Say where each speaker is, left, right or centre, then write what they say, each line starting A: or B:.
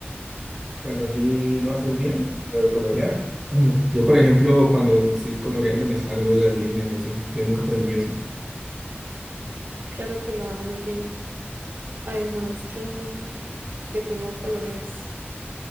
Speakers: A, on the right (about 15°); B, on the right (about 55°).
A: Pero sí lo haces bien, lo de colorear. Ujú. Yo, por ejemplo, cuando estoy coloreando me salgo de las líneas y así. Yo nunca aprendí eso.
B: Claro que lo hago muy bien. Además que, que tengo colores,